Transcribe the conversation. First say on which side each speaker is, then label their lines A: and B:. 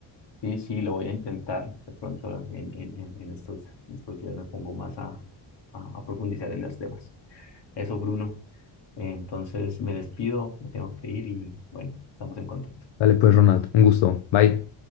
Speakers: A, on the left; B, on the left.
A: Sí, sí, lo voy a intentar. De pronto en, en, en en estos, en estos días me pongo más a, a, a profundizar en los temas. Eso, Bruno, Entonces me despido, me tengo que ir y bueno, estamos en contacto.
B: Dale pues, Ronald. Un gusto. Bye.